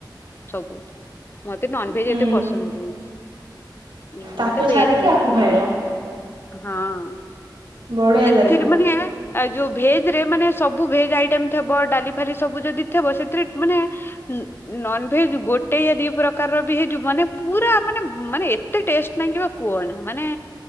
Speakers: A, on the left; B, on the right.
A: ସବୁ ମତେ ନନଭେଜ
B: ହୁଁ
A: ଏତେ ପସନ୍ଦ ନୁହଁ। ହଁ
B: ତାକୁ
A: ମତେ ଭେଜ
B: ଛାଡିକି
A: ବହୁତ
B: ଆକୁ
A: ଭଲ
B: ଖାଇବ।
A: ଲାଗେ ହଁ ହଁ।
B: ବଢିଆ ଲାଗେ।
A: କିଟ ମାନେ ଆ ଯୋଉ ଭେଜ ରେ ମାନେ ସବୁ ଭେଜ ଆଇଟମ ଥିବ ଡାଲି ଫାଲି ସବୁ ଯଦି ଥିବ ସେଥିରେ ମାନେ ଉ ନନଭେଜ ଗୋଟେ ୟା ଦି ପ୍ରକାରର ବି ହେଇଯିବ ମାନେ ପୁରା ମାନେ ମାନେ ଏ ଏତେ ଟେଷ୍ଟ ଲାଗିବ କୁହନା ମାନେ